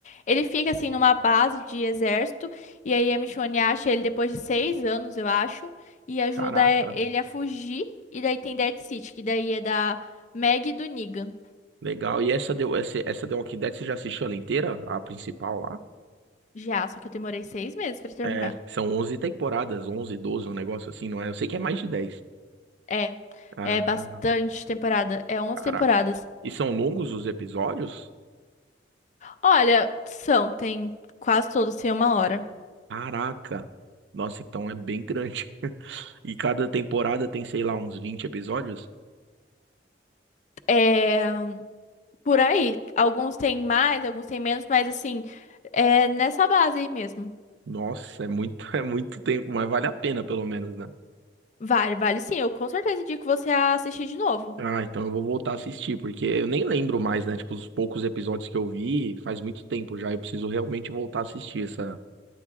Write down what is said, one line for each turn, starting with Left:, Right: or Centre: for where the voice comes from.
Left: ele fica assim numa base de exército e aí a Michonne acha ele depois de seis anos, eu acho, e ajuda
Right: caraca,
Left: ele a fugir. E daí tem Dead City, que daí é da Maggie e do Negan.
Right: legal. E essa The, essa, essa The Walking Dead, você já assistiu ela inteira, a principal lá?
Left: Já, só que eu demorei seis meses pra terminar.
Right: É, são 11 temporadas, 11 12 um negócio assim, não é? Eu sei que é mais de 10.
Left: É,
Right: Ah,
Left: é bastante temporada. É onze
Right: caraca.
Left: temporadas.
Right: E são longos os episódios?
Left: Olha, são, tem quase todos têm uma hora.
Right: Caraca! Nossa, então é bem grande. <laughs> E cada temporada tem, sei lá, uns 20 episódios?
Left: É, por aí. Alguns têm mais, alguns têm menos, mas assim, é nessa base aí mesmo.
Right: Nossa, é muito, <laughs> é muito tempo, mas vale a pena, pelo menos, né?
Left: Vale, vale sim. Eu com certeza indico você a assistir de novo.
Right: Ah, então eu vou voltar a assistir, porque eu nem lembro mais, né? Tipo, os poucos episódios que eu vi faz muito tempo já. Eu preciso realmente voltar a assistir essa,